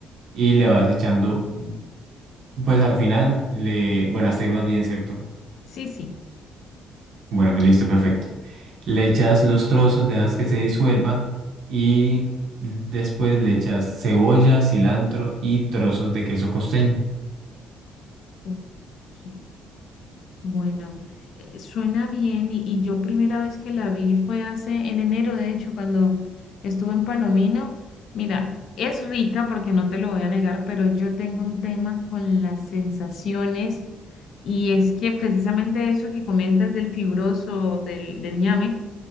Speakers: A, on the right; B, on the left.
A: y le vas echando, pues al final, le, bueno, hasta ahí vas bien, ¿cierto?
B: Sí, sí.
A: Bueno, listo, perfecto. Le echas los trozos, dejas que se disuelva y después le echas cebolla, cilantro y trozos de queso costeño.
B: Ok. Bueno, eh, suena bien y, y yo primera vez que la vi fue hace en enero, de hecho, cuando estuve en Palomino. Mira, es rica porque no te lo voy a negar, pero yo tengo un tema con las sensaciones y es que precisamente eso que comentas del fibroso, del, del ñame,